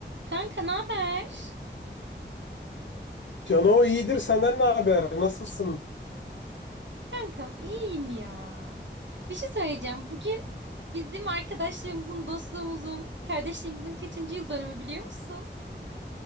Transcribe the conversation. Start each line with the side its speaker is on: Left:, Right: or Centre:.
Right: Kanka ne haber?
Left: Cano iyidir. Senden ne haber? Nasılsın?
Right: Kankam iyiyim ya. Bir şey söyleyeceğim. Bugün bizim arkadaşlığımızın, dostluğumuzun, kardeşliğimizin kaçıncı yıl dönümü biliyor musun?